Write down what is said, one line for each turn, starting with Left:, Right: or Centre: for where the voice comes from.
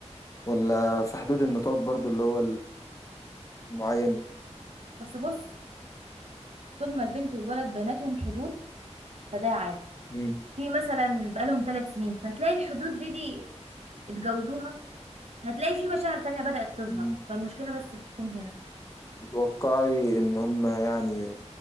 Left: ولا في حدود النطاق برضو اللي هو المعين
Right: بس بص طول ما البنت والولد بيناتهم حدود فده عادي
Left: مم.
Right: في مثلا بقالهم ثلاث سنين فتلاقي الحدود دي دي اتجوزوها هتلاقي في مشاعر تانية بدأت تظهر
Left: مم.
Right: فالمشكلة بس بتكون هنا
Left: تتوقعي ان هم يعني